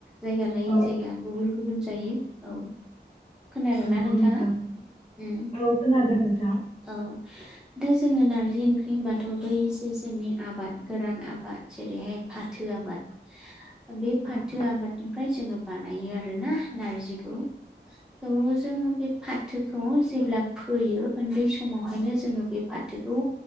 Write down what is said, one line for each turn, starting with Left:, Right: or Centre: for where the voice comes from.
Centre: जायगा लायै
Left: औ
Centre: जायगा गुबुन गुबुन जायो औ। खोनादों
Left: नंगौ
Centre: ना नोंथाङा?
Left: नोंथां
Centre: उम
Left: औ खोनादों नोंथां
Centre: औ दा जोङो नार्जि ओंख्रि होनबाथ' बैसो जोंनि आबाद गोरान आबाद जेरैहाय फाथो आबाद।
Left: <inaudible>
Centre: ओ बे फाथो
Left: औ
Centre: आबादनिफ्राय जोङो बानायो आरो ना नारजिखौ। थ' जोङो बे फाथोखौ जेब्ला फोयो ओन्दै समावहायनो जोङो बे फाथोखौ